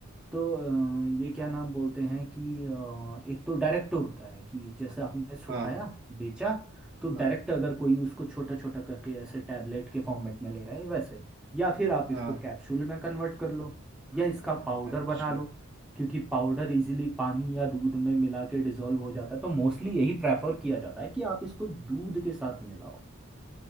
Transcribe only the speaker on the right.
अच्छा
हाँ
हाँ
हाँ
अच्छा